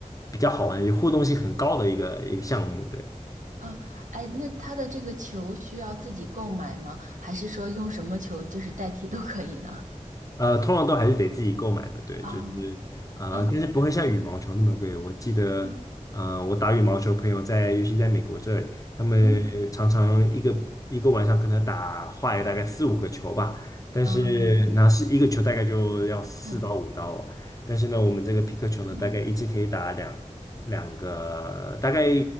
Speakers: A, on the left (about 25°); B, on the right (about 70°).
A: 比较好玩，也互动性很高的一个一个项目，对。
B: 嗯，哎，那他的这个球需要自己购买吗？还是说用什么球就是代替都可以呢？
A: 呃，通常都还是得自己购买的，对，
B: 啊，
A: 就是呃，
B: 嗯
A: 但是不会像羽毛球那么贵。我记得，
B: 嗯
A: 呃，我打羽毛球，朋友在，尤其在美国这里他们常常一个一个晚上可能打坏大概四五个球吧，
B: 嗯，
A: 但是
B: 啊，
A: 那是一个球大概就要四到五刀哦但是呢，
B: 嗯
A: 我们这个皮克球呢，
B: 嗯
A: 大概一次可以打两两个，大概